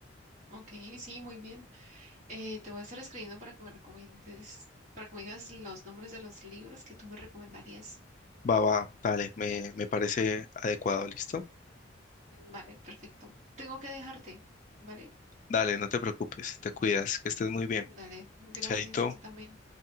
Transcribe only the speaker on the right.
Ok, sí, muy bien. Eh, te voy a estar escribiendo para que me recomiendes, para que me digas los nombres de los libros que tú me recomendarías.
Vale, perfecto. Tengo que dejarte, ¿vale?
Dale, gracias,
tú también.